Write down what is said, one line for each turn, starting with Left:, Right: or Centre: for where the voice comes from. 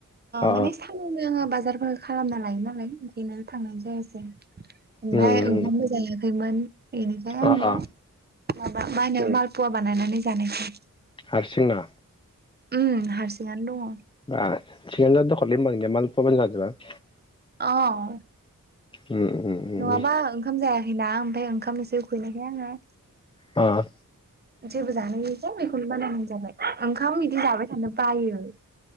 Left: अ
Right: माने <inaudible> बाजार खालामना लायो नालाय ओंखायनो थांनाय जायासै ओमफ्राय
Left: उम
Right: ओंखामबो जायाखै। जायाखैमोन बेनिफ्राय आंङो
Left: अ अ
Right: माबा मालपवा बानायनानै जानायसै।
Left: हारसिंनो।
Right: उम हारसिंनो दङ।
Left: <inaudible>
Right: औ।
Left: उम उम उम
Right: नङाबा ओंखाम जायाखैना ओमफ्राय ओंखामसो उखैनायखाय आंङो।
Left: औ।
Right: जेबो जानायसै बेखौनो बानायनाय जाबाय ओंखाम बिदि जाबाय थानो बायो।